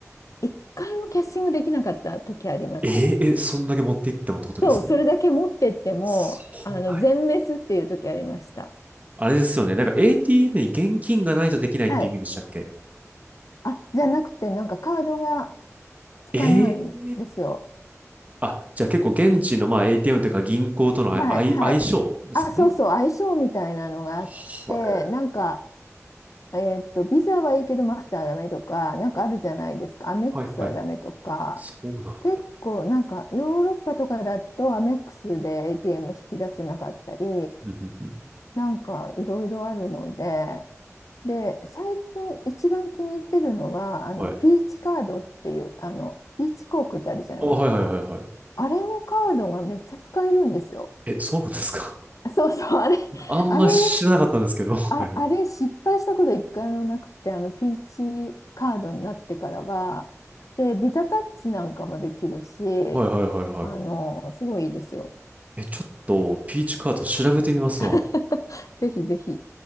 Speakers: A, on the left (about 85°); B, on the right (about 30°).
A: 一回もキャッチングできなかった時あります。
B: い。えーえ、そんだけ持っていってもってことですか
A: そう、それだけ持ってっても、
B: そうなんや
A: あの、全滅っていう時ありました。
B: あれですよね。なんか ATM に現金がないとできないって意味でしたっけ
A: はい。あ、じゃなくて、なんかカードが使えないんですよ。
B: ええあ、じゃあ結構現地のまあ ATM というか銀行とのあい相相性ですかね。
A: はい、はい。あ、そうそう、相性みたいなのがあって、
B: は
A: なんか、えーっと、ビザはいいけどマスターはダメとか、なんかあるじゃないですか。
B: いはいはい。
A: アメックスはダメとか。
B: そうなんや。
A: 結構、なんかヨーロッパとかだとアメックスで ATM 引き出せなかったり、
B: うんうんうん。
A: なんかいろいろあるので、で、最近一番気に入ってるのは、あの、
B: はい。
A: ピーチカードっていう、あの、ピーチ航空ってあるじゃないですか。
B: あ、はいはいはいはい。
A: あれのカードがめっちゃ使えるんですよ。
B: え、そうなんですか。
A: そうそう、あれ、
B: <laughs> あんまり知らなかったんですけど。
A: あれ、
B: はいはい
A: あ、あれ失敗したこと一回もなくて、あの、ピーチカードになってからは、で、ビザタッチなんかもできるし、
B: はいはいはい。
A: あの、すごいいいですよ。
B: え、ちょっとピーチカート調べてみますわ。
A: <laughs> ぜひぜひ。